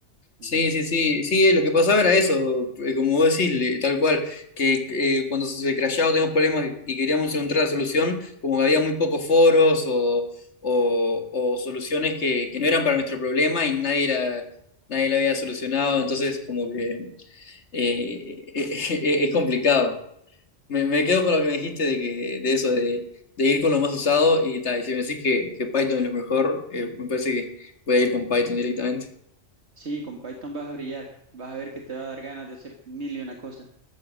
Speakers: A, on the right; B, on the left.
A: Ujú.
B: Sí, sí, sí, sí, lo que pasaba era eso, eh, como vos decís, le- tal cual, que eh, cuando se se crashaba teníamos problemas y queríamos encontrar la solución, como que había muy pocos foros o, o, o soluciones que, que no eran para nuestro problema y nadie la, nadie la había solucionado, entonces como que eh, <laughs> es complicado. Me, me quedo con lo que me dijiste de que, de eso, de, de ir con lo más usado y tal, y si me decís que, que Python es lo mejor, eh, me parece que voy a ir con Python directamente.
A: Sí, con Python vas a brillar, vas a ver que te va a dar ganas de hacer mil y una cosa.